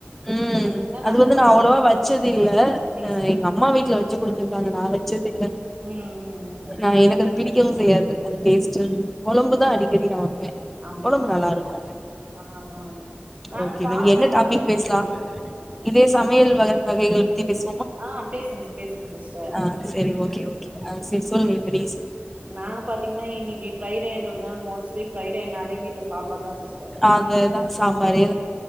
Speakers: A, in the centre; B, on the right (about 35°).
A: உம்
B: என்னென்ன
A: அது வந்து
B: ஆட்
A: நான்
B: பண்ணுவாங்க
A: அவ்வளவா வச்சது இல்ல
B: நீங்க
A: ஹ
B: சொ
A: எங்க அம்மா வீ்ட்ல வச்சு குடுத்துருக்காங்க நாளைக் துகல
B: ம் ம் ம்
A: நான் எனக்கு அது பிடி வும் செய்யாது அது டேஸ்ட்டு கெழம்புதான் அதி தெரியு
B: அப்டிங்களா
A: உடம்பு நல்லா இருக்கும்
B: ஆ ஆ ஆ. நாங்க
A: ஓகே
B: கார
A: இன்னைக்கு என்ன
B: கொழம்பு
A: டாபிக் பேஸ்லாம் இதே சமையல் வக வகைகள் பத்தி பேசு
B: ஆ பேசுங்க பேசுங்க சிஸ்டர்
A: ஆஹ செரி ஓகே ஓகே
B: ம்
A: செரி சொல்லுங்க கடைசி
B: நாங்க பாத்தீங்கன்னா இன்னைக் இன்னைக்கு ஃப்ரைடேன்றதுனால மோஸ்ட்லி ஃப்ரைடேனாலே வீட்டுல சாம்பார் தான் சிஸ்டர்
A: அதேதா சாம்பாரேதா ஆ அதுதான் சாம்பாரே